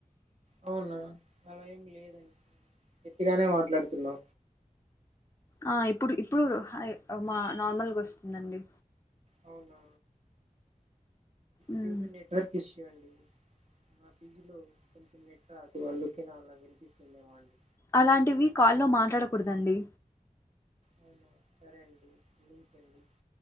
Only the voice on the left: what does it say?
ఆ ఇప్పుడు ఇప్పుడు హాయ్ మా నార్మల్గా వస్తుందండి.
um
అలాంటివి కాల్ లో మాట్లాడకూడదండి.